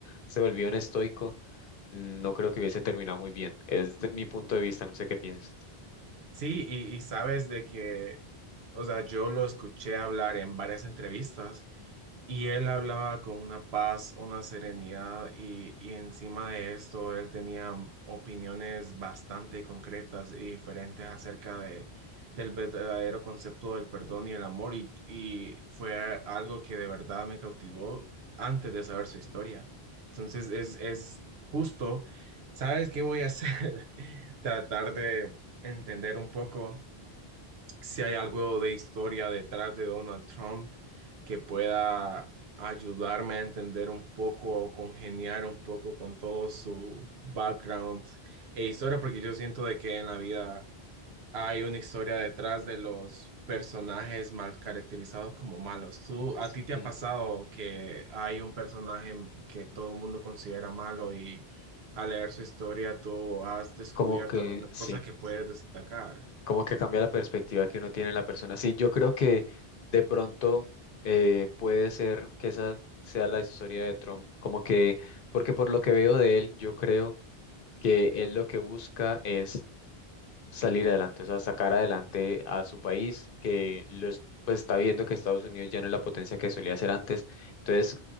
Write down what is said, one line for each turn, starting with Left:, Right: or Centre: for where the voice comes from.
Left: se volvió un estoico, no creo que hubiese terminado muy bien. Es mi punto de vista, no sé qué piensas.
Right: Sí, y, y sabes de que, o sea, yo lo escuché hablar en varias entrevistas y él hablaba con una paz, una serenidad y, y encima de esto él tenía opiniones bastante concretas y diferentes acerca de, del verdadero concepto del perdón y el amor y, y fue algo que de verdad me cautivó antes de saber su historia. Entonces es, es justo, ¿sabes qué voy a hacer? <laughs> Tratar de entender un poco si hay algo de historia detrás de Donald Trump que pueda ayudarme a entender un poco o congeniar un poco con todo su background e historia, porque yo siento de que en la vida hay una historia detrás de los personajes mal caracterizados como malos. ¿Tú, a
Left: Sí,
Right: ti te ha pasado que hay un personaje que todo el mundo considera malo y al leer su historia tú has descubierto
Left: como que
Right: algunas
Left: sí,
Right: cosas que puedes destacar?
Left: como que cambia la perspectiva que uno tiene en la persona. Sí, yo creo que de pronto eh, puede ser que esa sea la historia de Trump, como que, porque por lo que veo de él, yo creo que él lo que busca es salir adelante, o sea, sacar adelante a su país, que los, pues está viendo que Estados Unidos ya no es la potencia que solía ser antes. Entonces,